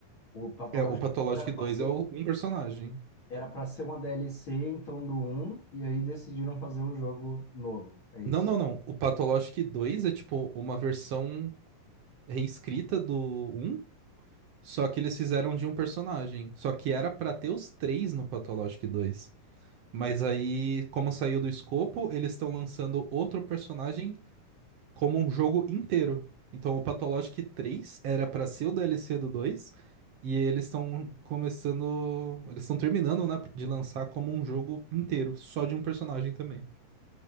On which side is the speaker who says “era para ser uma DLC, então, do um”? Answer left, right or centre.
Left